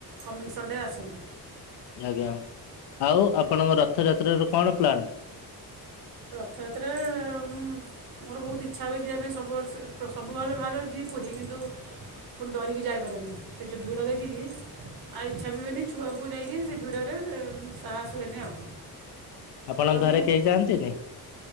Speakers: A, on the right (about 60°); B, on the left (about 85°).
A: କମିଙ୍ଗ ସଣ୍ଡେ ଆସନ୍ତୁ।
B: ଆଜ୍ଞା ଆଉ ଆପଣଙ୍କର ରଥଯାତ୍ରାର କଣ ପ୍ଲାନ୍?
A: ରଥଯାତ୍ରା ମୁଁ ମୋର ବହୁତ ଇଚ୍ଛା ହୁଏ ଯିବା ପାଇଁ ସବୁବର୍ଷ ସବୁବେଳେ ଭାବେ ଯିବି ପୁରୀ କିନ୍ତୁ ଫୁଣି ଡରିକି ଯାଇପାରେନି ସେ ଯୋଉ ଭିଡ଼ ଦେଖିକି ଆଉ ଇଚ୍ଛା ବି ହୁଏନି ଛୁଆଙ୍କୁ ନେଇକି ସେ ଭିଡ଼ରେ ସାହସ ହୁଏନି ଆଉ।
B: ଆପଣଙ୍କ
A: ତ
B: ଘରେ
A: ମୁଁ
B: କେହି ଯାଆନ୍ତିନି?